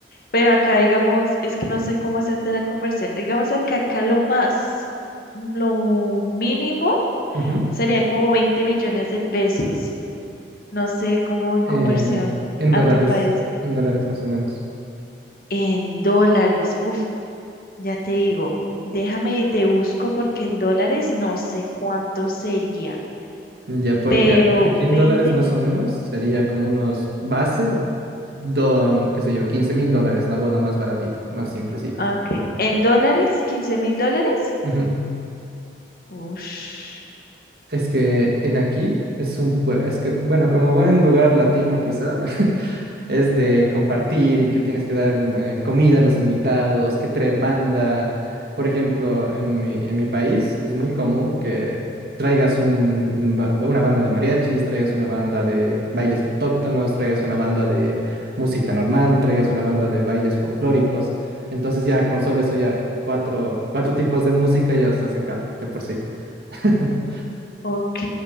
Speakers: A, on the left; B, on the right.
A: pero acá digamos, es que no sé cómo hacerte la conversión. Digamos acá, acá lo más, lo mínimo
B: Ujú.
A: serían como 20 millones de pesos. No sé cómo en conversión
B: Eh, en
A: a
B: dólares,
A: tu país.
B: en dólares más o menos.
A: En dólares. Uf, Ya te digo, déjame y te busco porque en dólares no sé cuánto sería,
B: Ya, porque
A: pero
B: a- aquí en
A: veinte
B: dólares más
A: mil,
B: o menos sería como unos base, do, qué sé yo, quince mil dólares, la boda más baratita, más simplecita.
A: ah, ok, en dólares, 15 mil dólares.
B: Ujú.
A: Ush.
B: Es que en aquí es un pue- es que, bueno, como buen lugar latino quizá, <laughs> es de compartir y que tienes que dar eh, comida a los invitados, que traer banda. Por ejemplo, en mi, en mi país es muy común que traigas un- un ba- una banda de mariachis, traigas una banda de bailes autóctonos, traigas una banda de música normal, traigas una banda de bailes folclóricos. Entonces ya con solo eso ya cuatro, cuatro tipos de música ya se hace caro de por sí. <laughs>
A: Ok,